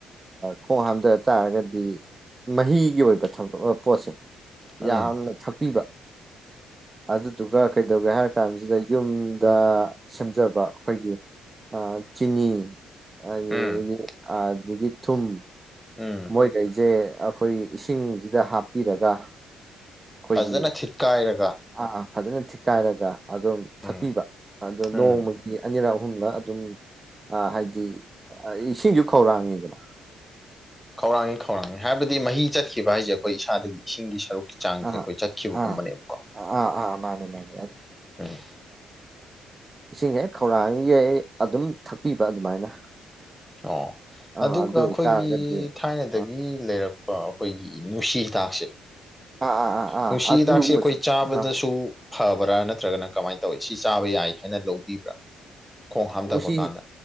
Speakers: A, on the right; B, in the centre.
A: ꯈꯣꯡ ꯍꯥꯝꯊ ꯇꯥꯔꯒꯗꯤ ꯃꯍꯤꯒꯤ ꯑꯣꯏꯕ ꯊꯕꯛ ꯄꯣꯠꯁꯦ
B: ꯎꯝ
A: ꯌꯥꯝꯅ ꯊꯛ ꯄꯤꯕ ꯑꯗꯨꯗꯨꯒ ꯀꯩꯗꯧꯒꯦ ꯍꯥꯏꯔ ꯀꯥꯟꯁꯤꯗ ꯌꯨꯝꯗ ꯁꯦꯝꯖꯕ ꯑꯩꯈꯣꯏꯒꯤ ꯑ ꯆꯤꯅꯤ ꯍꯥꯏꯗꯤ
B: ꯎꯝ
A: ꯑ ꯑꯗꯨꯗꯒꯤ ꯊꯨꯝ
B: ꯎꯝ
A: ꯃꯣꯏꯒꯩꯁꯦ ꯑꯩꯈꯣꯏ ꯏꯁꯤꯡꯁꯤꯗ ꯍꯥꯞꯄꯤꯔꯒ ꯑꯩꯈꯣꯏꯒꯤ
B: ꯐꯖꯅ ꯊꯤꯠꯀꯥꯏꯔꯒ
A: ꯑꯥ ꯐꯖꯅ ꯊꯤꯠ ꯀꯥꯏꯔꯒ ꯑꯗꯨꯝ
B: ꯎꯝ
A: ꯊꯛꯄꯤꯕ ꯑꯣ
B: ꯎꯝ
A: ꯅꯣꯡꯃꯒꯤ ꯑꯅꯤꯔꯥꯎ ꯑꯍꯨꯝꯗꯥ ꯑꯗꯨꯝ ꯍꯥꯏꯕꯗꯤ ꯏꯁꯤꯡꯁꯨ ꯈꯧꯔꯥꯡꯉꯤꯗꯅꯥ
B: ꯈꯧꯔꯥꯡꯏ ꯈꯧꯔꯥꯡꯏ ꯍꯥꯏꯕꯗꯤ ꯃꯍꯤ ꯆꯠꯈꯤꯕ ꯍꯥꯏꯁꯦꯣ ꯏꯁꯥꯗꯒꯤ ꯏꯁꯤꯡꯒꯤ ꯁꯔꯨꯛꯀꯤ ꯆꯥꯡꯁꯦ
A: ꯑꯥ
B: ꯑꯩꯈꯣꯏ ꯆꯠꯈꯤꯕꯒꯨꯝꯕꯅꯦꯕꯀꯣ
A: ꯑꯥ ꯑꯥ ꯑꯥ ꯃꯥꯅꯤ ꯃꯥꯅꯤ
B: ꯎꯝ
A: ꯏꯁꯤꯡꯍꯦꯛ ꯈꯧꯔꯥꯡꯌꯦꯩ ꯑꯗꯨꯝ ꯊꯛꯄꯤꯕ ꯑꯗꯨꯃꯥꯏꯅ
B: ꯑꯣ
A: ꯑꯥ
B: ꯑꯗꯨꯒ
A: ꯑꯗꯨ
B: ꯑꯩꯈꯣꯏꯒꯤ
A: ꯑꯣꯏꯇꯥꯔꯒꯗꯤ
B: ꯊꯥꯏꯅꯗꯒꯤ
A: ꯑꯥ
B: ꯂꯩꯔꯛ ꯑꯩꯈꯣꯏꯒꯤ ꯅꯨꯡꯁꯤ ꯍꯤꯗꯥꯛꯁꯦ
A: ꯑꯥ ꯑꯥ ꯑꯥ ꯑꯥ
B: ꯅꯨꯡꯁꯤ
A: ꯑꯗꯨꯒꯨꯝꯕꯁꯦ
B: ꯍꯤꯗꯥꯛꯁꯦ ꯑꯩꯈꯣꯏ ꯆꯥꯕꯗꯁꯨ
A: ꯑꯥ
B: ꯐꯕ꯭ꯔꯥ ꯅꯠꯇ꯭ꯔꯒꯅ ꯀꯃꯥꯏꯅ ꯇꯧꯏꯤ ꯁꯤ ꯆꯥꯕ ꯌꯥꯏ ꯍꯥꯏꯅ ꯂꯧꯕꯤꯕ꯭ꯔꯥ ꯈꯣꯡ ꯍꯥꯝꯊꯕ
A: ꯅꯨꯡꯁꯤ
B: ꯀꯥꯟꯗ